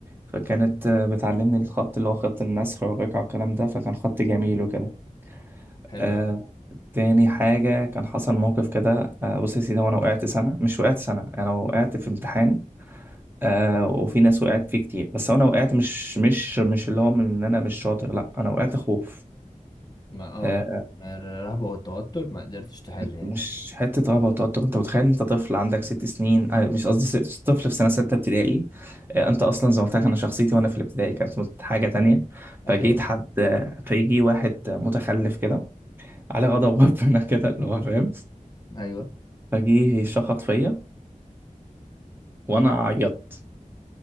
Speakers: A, on the right (about 15°); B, on the left (about 30°).
A: فكانت آه، بتعلمني الخط اللي هو خط النسخ والرقعه والكلام ده فكان خط جميل وكده
B: حلو
A: آه،
B: قوي
A: تاني حاجة كان حصل موقف كده آه، بص يا سيدي وانا وقعت سنة مش وقعت سنة انا وقعت في امتحان آه وفي ناس وقعت فيه كتير بس انا وقعت مش مش مش اللي هو من ان انا مش شاطر لا انا وقعت خوف
B: ما اه
A: آه
B: من من الرهبه والتوتر ما قدرتش تحل يعني
A: مش حته رهبه وتوتر انت متخيل انت طفل عندك ست سنين آه مش قصدي ست طفل في سنه سته ابتدائي آه انت اصلا زي ما قلت لك انا شخصيتي وانا في الابتدائي كانت مت- حاجه تانية
B: ايوه
A: فجيت حد آه، فيجي واحد متخلف كده على غضب <laughs> ربنا كده اللي هو فاهم
B: ايوه
A: فجيه شخط فيا وانا عيطت